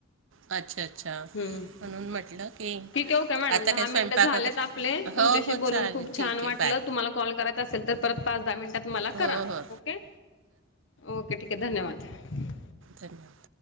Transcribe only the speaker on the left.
हम्म
ठीक आहे ओके मॅडम
दहा
मिनिटं झालेत
तुमच्याशी
बोलून
खूप
छान वाटलं
तुम्हाला कॉल करायचं असेल तर परत पाच दहा मिनटात तुम्हाला
करा
ओके ओके ठीक आहे धन्यवाद